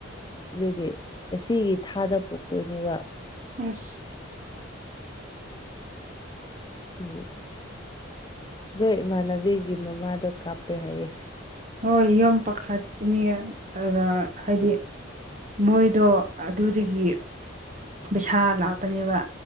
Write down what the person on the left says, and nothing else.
ꯑꯗꯨꯒꯤ ꯑꯁꯤꯒꯤ ꯊꯥꯗ ꯄꯣꯛꯇꯣꯏꯅꯦꯕ
<unintelligible> ꯑꯩꯈꯣꯏ ꯏꯃꯥꯟꯅꯕꯤꯒꯤ ꯒꯤ ꯃꯃꯥꯗꯣ ꯀꯥꯞꯄꯦ ꯍꯥꯏꯌꯦ